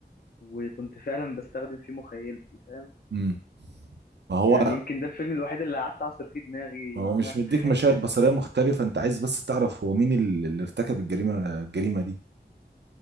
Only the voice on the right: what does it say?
امم ما هو
ما هو
مش
مديك مشاهد بصرية مختلفة انت عايز بس تعرف هو مين ال- اللي ارتكب الجريمة الجريمة دي